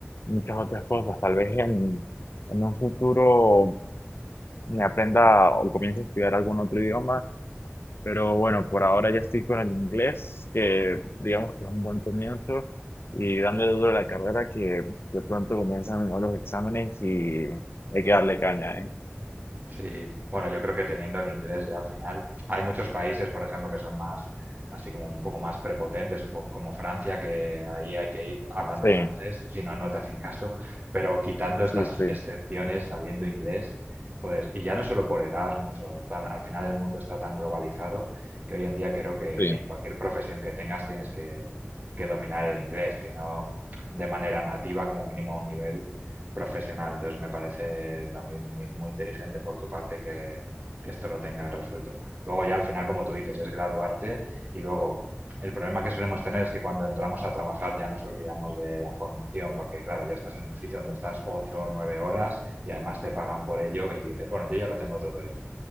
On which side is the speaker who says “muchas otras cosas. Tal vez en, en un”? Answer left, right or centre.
Left